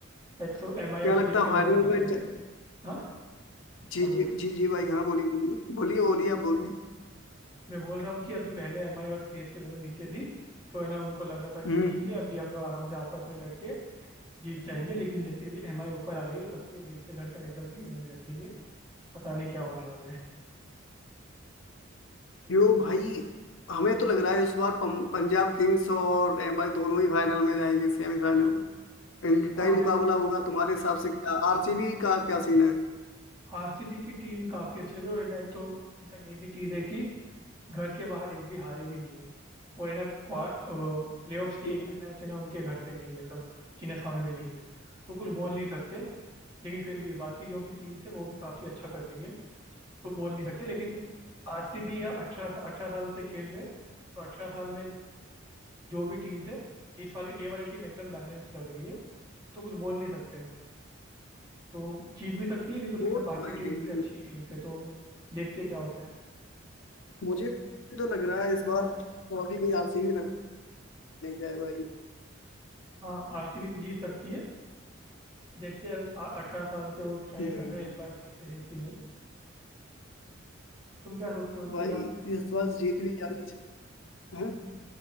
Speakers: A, on the right; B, on the left.
A: पहले तो एम आई
B: क्या
A: और
B: लगता
A: सी एस
B: है
A: के
B: फाइनल
A: दोनों नीचे
B: में ज-
A: थी हाँ
B: जी
A: क्या बोल
B: जी
A: रहा हूँ
B: जी जी भाई हाँ बोलिए बोलिए बोलिए बोलिए आप बोलिए
A: मैं बोल रहा हूँ कि अभी पहले एम आई और सी एस के दोनों नीचे थी तो है ना उनको लग रहा था कि
B: हम्म।
A: ठीक है अभी हम लोग आराम से आपस में लड़के जीत जाएंगे लेकिन जैसे अभी एम आई ऊपर आ गई है तो सबके दिल के धड़कन एकदम तेज होने लग गई है पता नहीं क्या होने वाला है
B: यो भाई हमें तो लग रहा है इस बार पं- पंजाब किंग्स और एमआई दोनों ही फाइनल में जाएंगे सेमीफाइनल इनका
A: हाँ
B: ही
A: बिल्कुल
B: मुकाबला होगा तुम्हारे हिसाब से क्या आरसीबी का क्या सीन है
A: आरसीबी की टीम काफी अच्छी लग रही है और है ना एक तो इनका ये भी चीज है कि घर के बाहर एक भी हारे भी नहीं है और है ना प्लेऑफ्स के
B: क्या?
A: एक भी मैच है ना उनके घर पे नहीं है मतलब चिन्नास्वामी में नहीं है तो कुछ बोल नहीं सकते लेकिन फिर भी बाकी जो भी टीम्स है वो भी काफी अच्छा कर रही है तो बोल नहीं सकते लेकिन आरसीबी या अठारह अठारह साल से खेल रहे तो अठारह साल में जो भी टीम्स है इस वाली ये वाली टीम एकदम बैलेंस लग रही है तो कुछ बोल नहीं सकते तो जीत भी सकती है नहीं तो फिर
B: वो
A: ना बाकी
B: तो है
A: टीम्स
B: कहीं ना
A: भी
B: कहीं।
A: अच्छी टीम्स है तो देखते हैं क्या होता है
B: मुझे तो लग रहा है इस बार ट्रॉफी कहीं आरसीबी नहीं जाए भाई
A: हाँ आरसीबी भी जीत सकती है देखते हैं अठारह साल के वो ट्राई
B: हम्म,
A: कर रहे हैं इस बार जीतते हैं कि नहीं तुम क्या सोचते हो
B: भाई
A: कि है ना
B: ये सवाल जीत भी जाना चाहिए हैं?